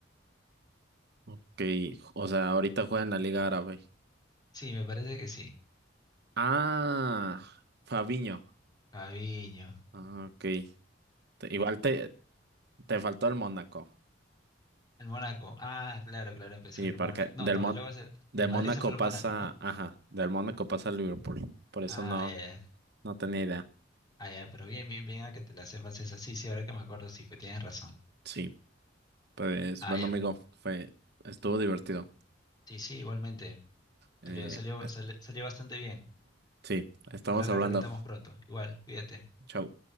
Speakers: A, on the right; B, on the left.
A: Ok. O sea, ahorita juega en la Liga Árabe.
B: Sí, me parece que sí.
A: Ah, Fabiño.
B: Fabinho.
A: Ah, ok. Te- igual te, te faltó el Mónaco.
B: El Mónaco. Ah, claro, claro, empezó
A: Sí,
B: en el
A: porque
B: Mónaco. No,
A: del
B: no,
A: Mon
B: luego se-
A: del
B: del
A: Mónaco
B: Madrid se fue al
A: pasa.
B: Mónaco, ¿no?
A: Ajá. Del Mónaco pasa al Liverpool. Por eso
B: Ah,
A: no,
B: ya, ya.
A: no tenía idea.
B: Ah, ya, pero bien, bien, bien, a que te la sepas esa. Sí, sí, ahora que me acuerdo, sí, pues tienes razón.
A: Sí. Pues
B: Ah,
A: bueno,
B: ya.
A: amigo,
B: pues.
A: fue, estuvo divertido.
B: Sí, sí, igualmente.
A: Eh,
B: Salió, salió,
A: es-
B: sale- salió bastante bien.
A: sí, estamos
B: Ojalá la
A: hablando.
B: repitamos pronto. Igual, cuídate.
A: Chau.